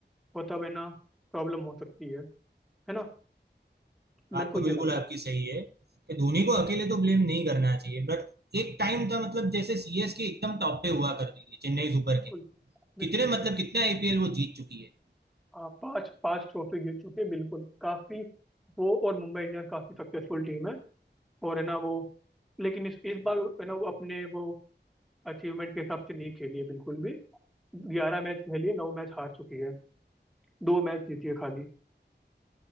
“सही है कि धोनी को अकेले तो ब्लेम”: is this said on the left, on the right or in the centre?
Right